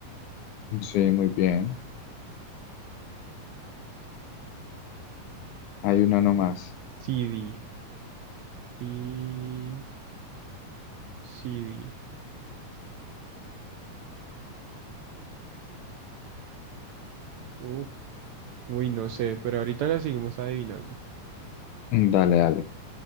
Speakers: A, on the left; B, on the right.
A: Sí, muy bien. Hay una nomás.
B: CD. Y CD. Uh, uy, no sé, pero ahorita la seguimos adivinando.
A: Dale, dale.